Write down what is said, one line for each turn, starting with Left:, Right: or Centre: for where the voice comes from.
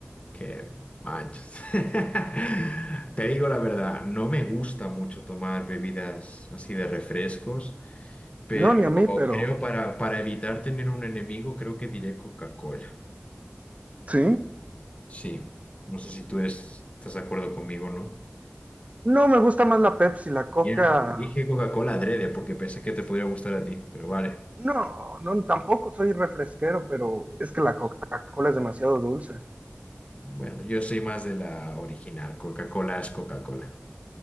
Left: que manches. <laughs> Te digo la verdad, no me gusta mucho tomar bebidas así de refrescos, pero
Right: No, ni a mí, pero
Left: creo para, para evitar tener un enemigo, creo que diré Coca-Cola.
Right: sí.
Left: Sí, no sé si tú eres- estás de acuerdo conmigo, ¿no?
Right: No, me gusta más la Pepsi, la Coca.
Left: Y el- Dije Coca-Cola adrede porque pensé que te podría gustar a ti, pero vale.
Right: No, no, tampoco soy refresquero, pero es que la Coca-Cola es demasiado dulce.
Left: Bueno, yo soy más de la original. Coca-Cola es Coca-Cola,